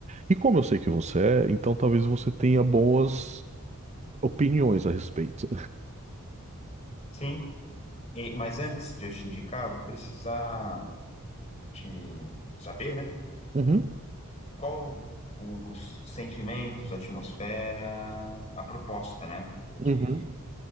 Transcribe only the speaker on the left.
Sim, e- mas antes de eu te indicar, eu vou precisar te saber, né?
Qual os sentimentos, a atmosfera, a proposta, né? Porque